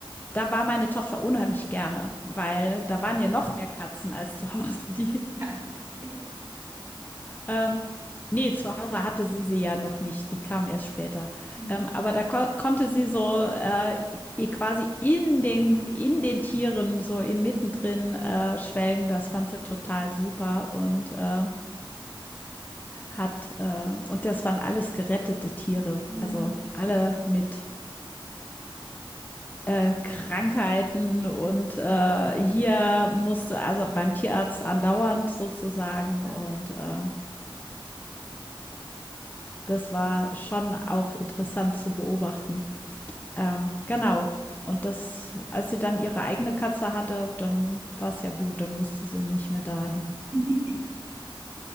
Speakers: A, on the left (about 20°); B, on the right (about 30°).
A: da war meine Tochter unheimlich gerne, weil da waren ja noch mehr Katzen als zu Hause. Die
B: Ja. <laughs>
A: Ähm, nee, zu Hause hatte sie sie ja noch nicht. Die kam erst später.
B: Hm.
A: Ähm, aber da ko konnte sie so äh, ihr quasi in den, in den Tieren, so inmitten drin äh, schwelgen. Das fand sie total super und äh, hat, äh, und das waren alles gerettete Tiere.
B: Hm.
A: Also alle mit äh, Krankheiten und äh, hier musste also beim Tierarzt andauernd sozusagen
B: Ja.
A: und äh, das war schon auch interessant zu beobachten. Ähm, genau. Und das, als sie dann ihre eigene Katze hatte, dann war es ja gut, dann musste sie nicht mehr dahin.
B: <laughs>